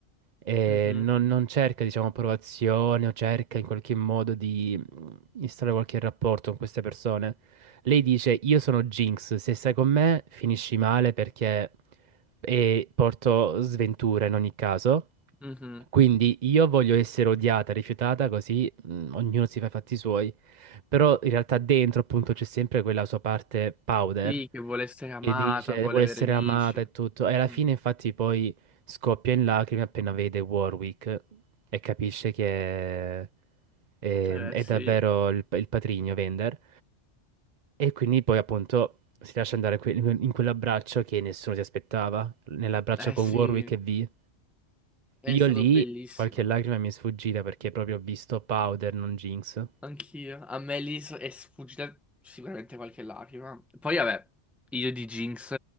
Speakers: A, on the right; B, in the centre.
A: e
B: Mhm,
A: non, non cerca, diciamo, approvazione o cerca in qualche modo di mh, instaurare qualche rapporto con queste persone. Lei dice: Io sono Jinx, se stai con me finisci male perché e porto sventura in ogni caso.
B: mhm.
A: Quindi io voglio essere odiata, rifiutata, così mh, ognuno si fa i fatti suoi. Però in realtà dentro appunto c'è sempre quella sua parte powder
B: Sì, che vuole essere amata,
A: che dice
B: vuole
A: vuole
B: avere
A: essere
B: amici.
A: amata e tutto.
B: Mhm.
A: E alla fine infatti poi scoppia in lacrime appena vede Warwick e capisce che è,
B: Eh
A: è
B: sì,
A: davvero il, il patrigno Vender. E quindi poi appunto si lascia andare que- in quell'abbraccio che nessuno si aspettava, nell'abbraccio
B: eh
A: con
B: sì,
A: Warwick e V.
B: è
A: Io
B: stato
A: lì
B: bellissimo.
A: qualche lacrima mi è sfuggita perché proprio ho visto powder, non Jinx.
B: Anch'io. A me lì s- è sfuggita sicuramente qualche lacrima. Poi vabbè, io di Jinx